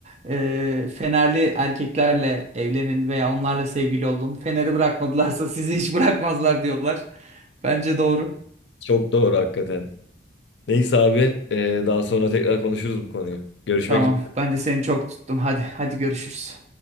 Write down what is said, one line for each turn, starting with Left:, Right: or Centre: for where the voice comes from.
Right: Ee, Fenerli erkeklerle evlenin veya onlarla sevgili olun. Fener'i bırakmadılarsa sizi hiç bırakmazlar diyorlar. Bence doğru.
Left: Çok doğru hakikaten. Neyse abi eee, daha sonra tekrar konuşuruz bu konuyu. Görüşmek
Right: Tamam,
Left: üzere.
Right: ben de seni çok tuttum. Hadi, hadi görüşürüz.